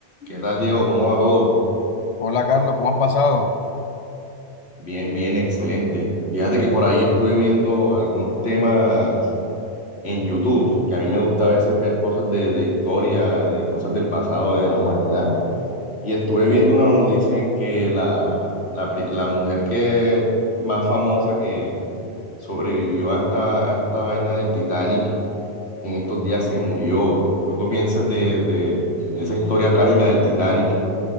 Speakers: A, on the left; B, on the left.
A: ¿Qué tal, Diego? ¿Cómo va todo?
B: Hola Carlos, ¿cómo has pasado?
A: Bien, bien, excelente. Fíjate que por ahí estuve viendo algunos temas en YouTube, que a mí me gusta a veces ver cosas de, de historia, de cosas del pasado, de la humanidad. Y estuve viendo una noticia en que la, la, pri- la mujer que más famosa que sobrevivió a esta, a esta vaina del Titanic, en estos días se murió. ¿Tú qué piensas de, de de esa historia trágica del Titanic?